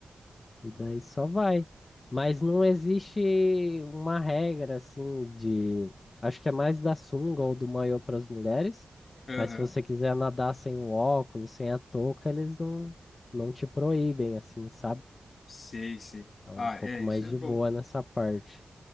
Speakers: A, on the left (about 40°); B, on the left (about 60°).
A: E daí só vai. Mas não existe uma regra assim de. Acho que é mais da sunga ou do maiô para as mulheres.
B: Aham.
A: Mas se você quiser nadar sem o óculos, sem a touca, eles não, não te proíbem, assim, sabe?
B: Sei, sei.
A: Então
B: Ah,
A: é um
B: é,
A: pouco mais
B: isso é
A: de
B: bom.
A: boa nessa parte.